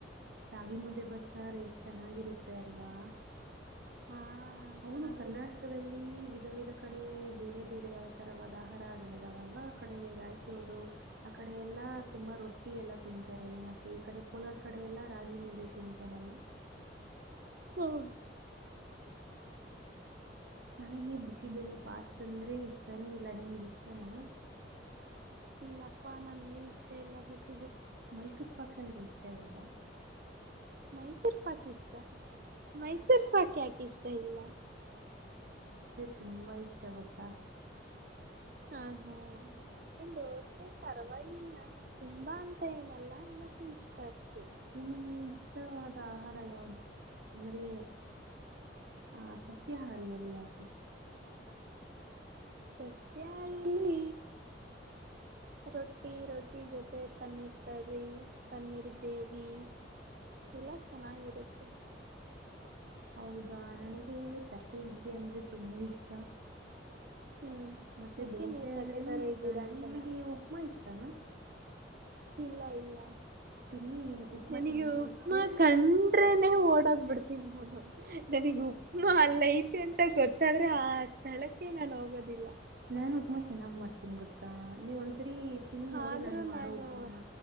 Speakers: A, on the right (about 65°); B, on the right (about 50°).
A: ರಾಗಿ ಮುದೆ ಬಸ್ಸರ್ ಎಷ್ಟ ಚೆನ್ನಾಗಿರುತ್ತೆ ಅಲ್ವಾ.
B: ಹಾ
A: ಹೌದು
B: ಚೆನ್ನಾಗಿರುತ್ತೆ
A: ಕರ್ನಾಟಕದಲ್ಲಿ ವಿಧ ವಿಧ ಆ ಕಡೆ ಬೇರೆ ಬೇರೆ ತರವಾದ ಆಹಾರ ಆಗ್ಗಳಿದಾವಲ್ವಾ ಆ ಕಡೆ ರಾಯಚೂರು ಆ ಕಡೆ ಎಲ್ಲಾ ತುಂಬಾ ರೊಟ್ಟಿ ಎಲ್ಲಾ ತಿಂತಾರೆ ಮತ್ತೆ ಈ ಕಡೆ ಕೋಲಾರ ಕಡೆ ಎಲ್ಲಾ ರಾಗಿ ಮುದ್ದೆ ತಿಂತಾರಲ್ವಾ.
B: ಹ್ಮ
A: ನನಗೆ ಬಿಸಿಬೇಳೆ ಭಾತ್ಂದ್ರೆ ಇಷ್ಟಾನೇ ಇಲ್ಲ ನಿಮ್ಗೆ ಇಷ್ಟನ.
B: ಇಲ್ಲಪ್ಪಾ ನನಗೆ ಇಷ್ಟೇ ಎಲ್ಲ ಬಿಸಿ.
A: ಮೈಸೂರ್ ಪಾಕ್ ಅಂದ್ರೆ ಇಷ್ಟ ಇಲ್ಲವಾ
B: ಮೈಸೂರು ಪಾಕ್ ಇಷ್ಟ ಮೈಸೂರ್ ಪಾಕ್ ಯಾಕೆ ಇಷ್ಟ ಇಲ್ಲ.
A: ತುಂಬ ಇಷ್ಟ ಗೊತ್ತಾ
B: ಹ ಹಾ ನನ್ಗಿನ್ ದೋಸೆ ಪರವಾಗಿಲ್ಲ ತುಂಬಾ ಅಂತ ಏನಲ್ಲಾ ಮತ್ತೆ ಇಷ್ಟ ಅಷ್ಟೇ
A: ನಿಮಗೆ ಇಷ್ಟವಾದ ಆಹಾರ ಯಾವದು ಅಂದ್ರೆ ಹ ಹಾರಿಯಲ್ಲಿ ಯಾವುದು
B: ಸತ್ಯ ಇಲ್ಲಿ ರೋಟಿ ರೋಟಿ ಜತೆ ಪನ್ನೀರ್ ಕರಿ ಪನ್ನೀರ್ ದೇವಿ ಎಲ್ಲ ಚೆನ್ನಾಗಿರುತ್ತೆ
A: ಹೌದಾ ನನಗೆ ತಟ್ಟೆ ಇಡ್ಲಿ ಅಂದ್ರೆ ತುಂಬಾ ಇಷ್ಟ
B: ಹ್ಮ್
A: ಮತ್ತೆ
B: ಯಾಕೆ
A: ದೋಸೆ
B: ನೀವ್
A: ಅಂದ್ರೇನು
B: ತಟ್ಟೆತರ
A: ಇಷ್ಟಾನೆ
B: ಇದ್ದೀರಾ ಅಂತನ
A: ನಿಮಗೆ ಉಪ್ಪಮಾ ಇಷ್ಟಾನ
B: ಇಲ್ಲ ಇಲ್ಲ
A: ತಿನ್ನಿ ನಿಮ್ ಉಪ್ಮಾ
B: ನನಗ
A: ಚೆನ್ನಾಗಿರುತ್ತೆ
B: ಉಪ್ಮಾ ಕಂಡ್ರೆನೆ ಓಡಕ್ ಬಿಡ್ತೀನಿ ನಾನು ನನಗ್ ಉಪ್ಮಾ ಅಲ್ಲಐತಿ ಅಂತ ಗೊತ್ತಾದ್ರೆ ಆ ಸ್ಥಳಕ್ಕೆ ನಾನು ಹೋಗೋದಿಲ್ಲ
A: ನಾನು ಉಪ್ಮಾ ಚೆನ್ನಾಗ್ ಮಾಡ್ತೀನಿ ಗೊತ್ತಾ ನೀವ ಸರಿ ತಿಂದು ನೋಡಿ
B: ಆದ್ರೂ
A: ನನ್ ಮಾಡೋ
B: ನಾನು
A: ಉಪಮಾನ